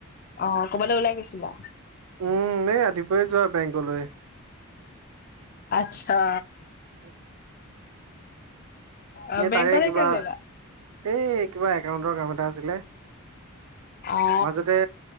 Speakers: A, on the left; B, on the right.
A: অ'কবালো ওলাই গৈছিলা।
B: উম এই ৰাতিপুৱাই যোৱা বেংকলৈ।
A: আতচা
B: হয়।
A: অ বেংকলে
B: তাৰে কিবা
A: কিয় গ'লা?
B: এই কিবা একাউন্টৰ কাম এটা আছিলে।
A: অ
B: মাজতে